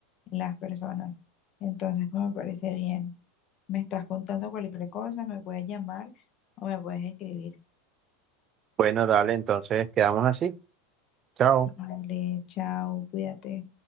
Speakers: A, on the left; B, on the right.
A: en las personas. Entonces, pues, me parece bien. Me estás contando cualquier cosa, me puedes llamar o me puedes escribir.
B: Bueno, dale, entonces quedamos así. Chao.
A: Vale, chao, cuídate.